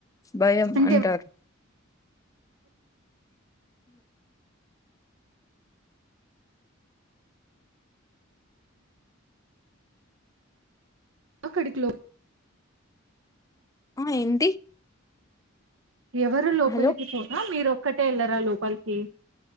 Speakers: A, on the left; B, on the right.
A: భయంయం
B: అంటే
A: అంటారు
B: మా కడుకలో
A: ఆ ఏంటి
B: ఎవరు లోపలికి
A: హలో
B: పోనా మీరు ఒక్కటే వెళ్ళరాా లోపలికి